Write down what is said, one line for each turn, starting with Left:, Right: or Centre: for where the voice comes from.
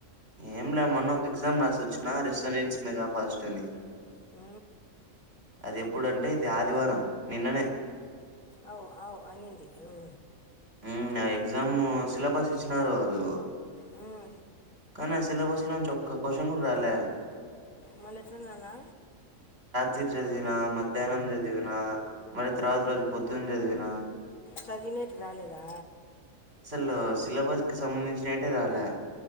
Right: ఏం లే మన్న ఒక ఎగ్జామ్ రాసొచ్చిన రెసడెన్స్ మెగా ఫాస్ట్ అని
Left: ఆ
Right: అది ఎప్పుడంటే ఇది ఆదివారం నిన్ననే
Left: అవు అవు అనింది ఇం
Right: అం నా ఎగ్జామ్ సిలబస్ ఇచ్చినారు వాళ్ళు
Left: అం
Right: కాని ఆ సిలబస్ లోంచి ఒక్క క్వషన్ కూడ రాలే
Left: మల్లెట్ల నానా
Right: తిర్ చదివినా మధ్యాహ్నం చది వినా మరి తర్వాత రోజు పొద్దున చదివిన
Left: చదివినేటి రాలేదా
Right: అసలు సిలబస్కి సంబంధించినేటే రాలే